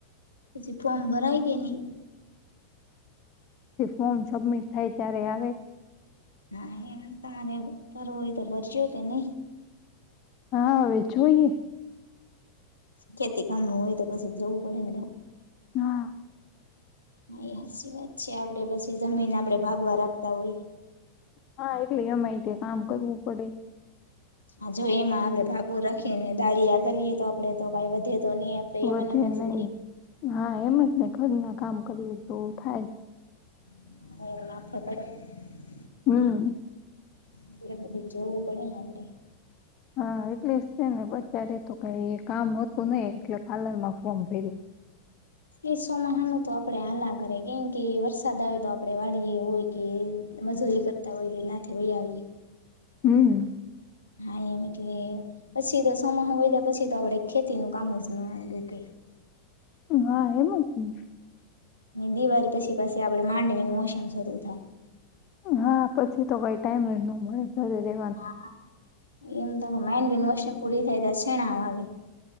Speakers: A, on the left (about 80°); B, on the left (about 35°).
A: પછી ફોર્મ ભરાય કે નહી.
B: ફોર્મ સબમિટ થાય, ત્યારે આવે.
A: હા એમ તમારે ભરવું હોય, તો ભરસો કે નહી.
B: હા, હવે જોઈએ.
A: ખેતી કામ નું હોય, તો પછી જવું પડે ને કાં?
B: હા.
A: એ હસી વાત છે આપડે પછી જમીને આપડે ભાગવા રાખતા હોય.
B: હા, એટલે અમાયતે કામ કરવું પડે.
A: હજુ જો એમાં આપડે ભાગુ રાખીને દાળીયા કરીએ, તો આપડે તો કઈ વધે તો નહી.
B: વધે
A: એમ અને એમ જ
B: નહી,
A: રહીએ
B: હા એમ જ ને ઘર ના કામ કરીએ. તો થાય.
A: હ <inaudible>
B: હમ...
A: એટલે બધે જોવુ પડે અમને,
B: હા એટલે જ તે ને બચારે તો કઈ કામ હતું નહીં એટલે પાર્લર માં ફોર્મ ભર્યું.
A: એ સોમહા ન તો આપડે હાલા કરે, કેમ કે વરસાદ આવે. તો આપડે વાડીએે હોય કે મજૂરી કર તા હોઈએ નાથે વહીયા હોઈએ.
B: હમ્મ
A: હા એમ એટલે પછી, તો સોમાહ વયદ્યા પછી તો આપડે ખેતી નું કામ જ ના ડુકે.
B: હા, એમાં હું છે.
A: દિવાળી પછી પછી આપડે માંડવીનું મોસમ શરૂુ થાય.
B: હા, પછી તો ભઈ ટાઈમ જ ન મળે ઘરે દે.
A: હા, એમ તો માઇન્ડમોશન પૂરી થાય ત છેણા આવી.